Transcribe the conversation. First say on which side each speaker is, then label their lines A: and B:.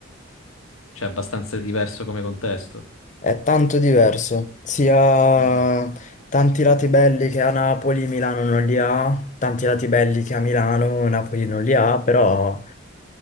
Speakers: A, on the left; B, on the left.
A: cioè abbastanza diverso come contesto,
B: È tanto diverso, sia
A: Mhm.
B: tanti lati belli che a Napoli, Milano non li ha, tanti lati belli che a Milano, Napoli non li ha, però